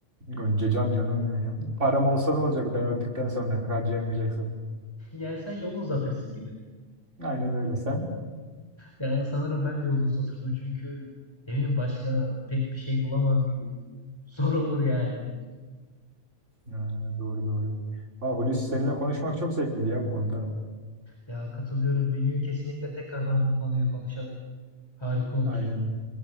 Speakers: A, on the right; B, on the left.
A: Önce can canım benim. Param olsa ne olacak ben öldükten sonra harcayamayacaksın.
B: Yani sen yolu uzatırsın gibi.
A: Aynen öyle sen.
B: Ya sanırım ben de yolu uzatırdım çünkü ne bileyim başka pek bir şey bulamam gibi. Zor olur yani.
A: Ha, doğru doğru. Ha, Hulusi seninle konuşmak çok zevkliydi ya bu konuda.
B: Ya katılıyorum. Bir gün kesinlikle tekrardan bu konuyu konuşalım. Harika olur.
A: Aynen.